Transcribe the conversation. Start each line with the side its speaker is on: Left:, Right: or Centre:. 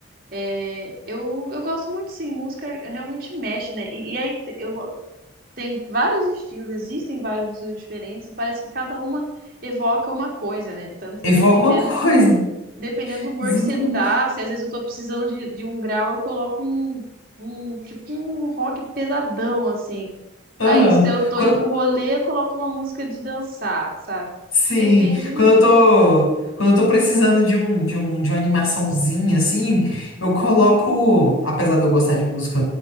Right: É, eu, eu gosto muito, sim, música realmente mexe, né? E, e aí te- eu tem vários estilos, existem vários estilos diferentes, e parece que cada uma evoca uma coisa, né? Tanto
Left: Evoca
Right: que dependendo
Left: uma coisa.
Right: dependendo
Left: <laughs>
Right: do humor
Left: Exatamente.
Right: que você tá, se às vezes eu tô precisando de, de um grau, eu coloco um, um, tipo um rock pesadão, assim. Aí
Left: Aham.
Right: se eu tô
Left: Quan-
Right: indo pro rolê, eu coloco uma música de dançar, sabe?
Left: sim,
Right: Depende muito,
Left: quando eu tô, quando eu tô precisando de um, de um, de uma animaçãozinha, assim, eu coloco, apesar de eu gostar de música